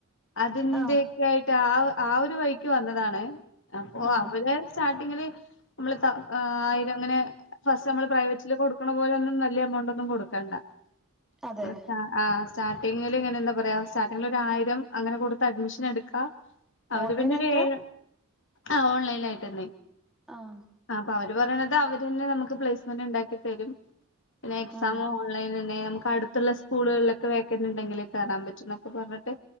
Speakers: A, on the left; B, in the centre.
A: അതിൻ്റൊക്കെ
B: ആഹ്
A: ആയിട്ട് ആ ആ ഒരു വഴിക്ക് വന്നതാണ് അപ്പോ
B: ആഹ്
A: അവര് സ്റ്റാർട്ടിങ്ങില് നമ്മള്പ്പ അയിനങ്ങനെ ഫസ്റ്റ് നമ്മൾ പ്രൈവറ്റില് കൊടുക്ക കൊടുക്കണ പോലെന്നും വെല്ല്യ എമൗണ്ടൊന്നും കൊടുക്കണ്ട
B: അതെ
A: <unintelligible> ആഹ് സ്റ്റാർട്ടിങ്ങില് ഇങ്ങനെ എന്താ പറയാ സ്റ്റാർട്ടിങ്ങില് ഒരു ആയിരം അങ്ങനെ കൊടുത്ത് അഡ്മിഷൻ എടുക്കാ അവര്
B: ഓൺലൈൻ
A: പിന്നൊരു
B: ആയിട്ടാ
A: ഏഴ് ആഹ് ഓൺലൈനായിട്ടന്നെ
B: ആഹ്
A: ആഹ് അപ്പൊ അവര് പറയണത് അവര് തന്നെ നമുക്ക് പ്ലേസ്മെന്റ് ഇണ്ടാക്കി തരും പിന്നെ എക്സാമോ
B: ആഹ്
A: ഓൺലൈൻ തന്നെ നമ്മുക്ക് അടുത്തുള്ള സ്കൂളുകളിലൊക്കെ വേക്കൻറ്ണ്ടെങ്കില് കേറാൻ പറ്റുംന്നൊക്കെ പറഞ്ഞിട്ട്